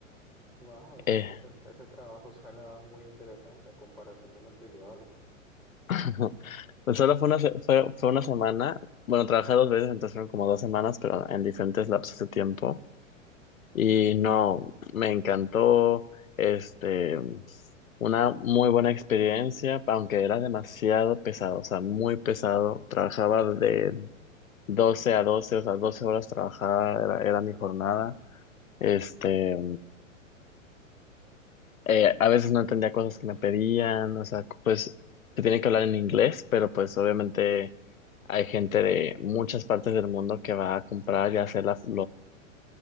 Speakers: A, in the centre; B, on the left.
A: Wow,
B: Eh,
A: ese, ese trabajo suena muy interesante a comparación de lo que yo hago. <laughs>
B: <laughs> pues solo fue una, se- fue, fue una semana. Bueno, trabajé dos veces, entonces fueron como dos semanas, pero en diferentes lapsos de tiempo. Y no, me encantó, este, una muy buena experiencia, aunque era demasiado pesado, o sea, muy pesado. Trabajaba de doce a doce o sea, 12 horas trabajaba, era, era mi jornada. Este, eh, a veces no entendía cosas que me pedían, o sea, pues se tiene que hablar en inglés, pero pues obviamente hay gente de muchas partes del mundo que va a comprar y hacer las,